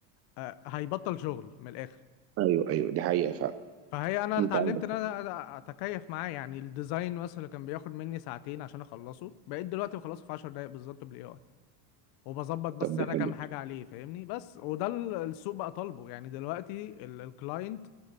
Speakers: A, on the left; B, on the right.
A: آه هيبطل شغل من الاخر
B: ايوه ايوه دي حقيقه فعلا
A: فهي انا
B: انت
A: اتعلمت
B: عندك
A: ان انا
B: حق.
A: اتكيف معاه يعني الديزاين مثلا اللي كان بياخد مني ساعتين عشان اخلصه بقيت دلوقتي بخلصه في 10 دقايق بالظبط بالاي اي وبظبط بس
B: طب ده
A: انا
B: حلو
A: كام حاجه عليه فاهمني بس وده ال- السوق بقى طالبه يعني دلوقتي ال- الكلاينت